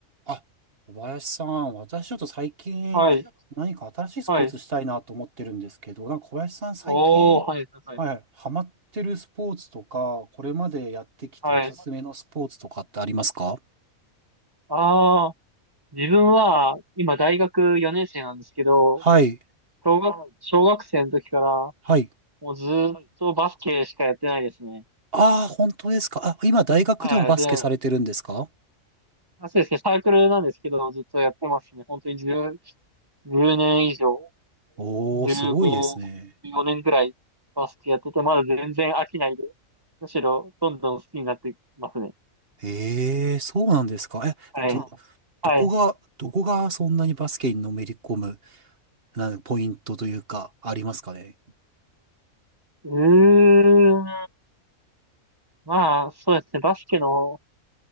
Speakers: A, on the right; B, on the right.
A: あ、小林さん、私ちょっと最近何か新しいスポーツしたいなと思ってるんですけど、
B: はい。はい。
A: なんか小林さん最近、
B: おー、はい、はい。
A: はい、ハマってるスポーツとか、これまでやってきておすすめのスポーツとかってありますか
B: はい。ああ、自分は、今大学4年生なんですけど、
A: はい、
B: 小学、小学生の時から、
A: はい。
B: もうずーっとバスケしかやってないですね。
A: ああ、本当ですか。あ、今大学でもバスケされてるんですか
B: はい。で、あそうですね、サークルなんですけど、ずっとやってますね。本当に10、年以上、
A: おー、
B: 15、
A: すごいですね。
B: 4年くらいバスケやってて、まだ全然飽きないで、むしろどんどん好きになってますね。
A: ええ、そうなんですか。え、
B: はい。
A: ど、
B: はい。
A: どこが、どこがそんなにバスケにのめり込む、なんかポイントというか、ありますかね。
B: うーん。まあ、そうですね。バスケの